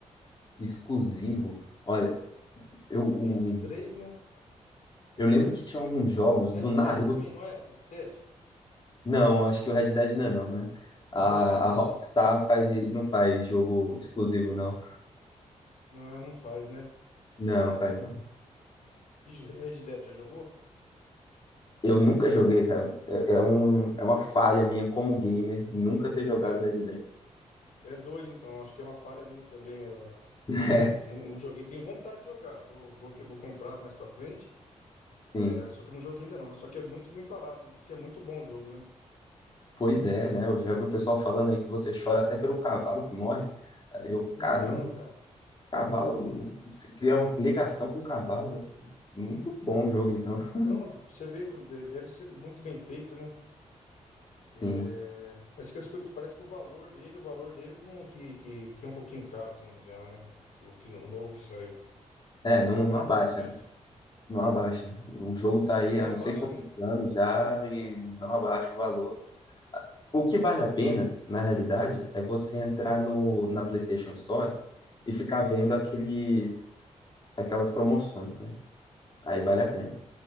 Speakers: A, on the left; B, on the left.
A: Exclusivo. Olha, eu, o-
B: Tem esses três, né?
A: eu lembro que tinha alguns jogos
B: Red
A: do Naruto.
B: Dead também, não é? Red Dead?
A: Não, acho que o Red Dead não é não, né? A,
B: Red, Red-
A: a Rockstar faz, não faz jogo exclusivo, não.
B: Não, não faz, né?
A: Não, faz não.
B: E Red Dead já jogou?
A: Eu nunca joguei, cara. É, é um, é uma falha minha como gamer nunca ter jogado
B: Eu-
A: Red Dead. <laughs>
B: É dois, então. Acho que é uma falha minha também, ô, ô Igor.
A: É,
B: Não, não joguei. Tenho vontade de jogar. Vou, vou, que- vou comprar mais pra frente.
A: sim.
B: É, só que eu não joguei ainda não. Só que é muito bem falado. né? Diz que é muito bom o jogo, né?
A: Pois é, né? Eu já vi o pessoal falando aí que você chora até pelo cavalo que morre. Aí Eu,
B: Então,
A: caramba,
B: cara.
A: cavalo, você cria uma ligação com o cavalo. né? Muito bom o jogo, então.
B: Então,
A: <laughs>
B: d- você vê que de- deve ser muito bem feito, né?
A: Sim.
B: É, mas que as coisas- parece que o valor dele, o valor dele não, que, que, que é um pouquinho caro, se eu não me engano, né? O, que, o novo que saiu. Que
A: É,
B: é bem
A: não,
B: salgadinho
A: não abaixa,
B: o preço.
A: né? Não abaixa. O jogo tá aí
B: Não
A: há
B: abaixa,
A: não sei quantos
B: né?
A: anos já e não abaixa o valor. O que vale a pena, na realidade, é você entrar no, na PlayStation Store e ficar vendo aqueles, aquelas promoções, né? Aí vale a pena.